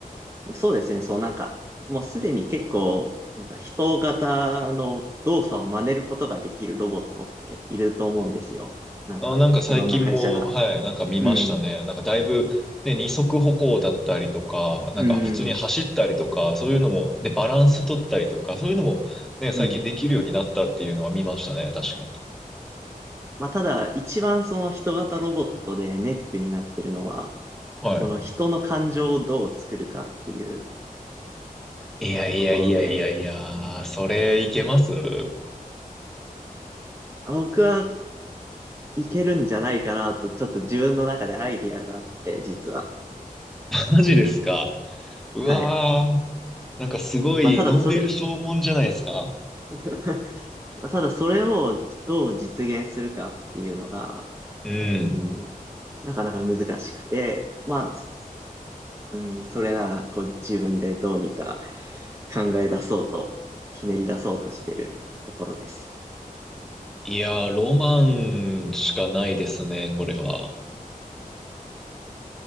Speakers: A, on the right; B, in the centre.
A: そうですね、そうなんか、もうすでに結構、なんか人型の動作を真似ることができるロボットっていると思うんですよ。なんか、
B: あー、なんか最近も、
A: いろんな会社が。
B: はい、なんか見ましたね。
A: うん、
B: なんかだいぶ、ね、二足歩行だったりとか、
A: うん、
B: なんか普通に走ったりとか、そういうのも、で、バランス取ったりとか、そういうのも、ね、最近できるようになったっていうのは見ましたね。
A: うん。
B: 確かに。
A: まあ、ただ、一番その人型ロボットでネックになってるのは、
B: はい。
A: この人の感情をどう作るかっていう
B: いやいやいやいやいや、
A: ところで、
B: それいけます <laughs>
A: あ僕はいけるんじゃないかなと、ちょっと自分の中でアイディアがあって、実は。
B: マジですかうわー、
A: はい。
B: なんかすごいノーベル賞もんじゃないですか
A: まあ、ただそれ <laughs> ただそれをどう実現するかっていうのが、
B: うん。
A: うん、なかなか難しくて、まあ、すうん、それならこう自分でどうにか考え出そうと、ひねり出そうとしてるところです。
B: いやー、ロマンしかないですね、これは。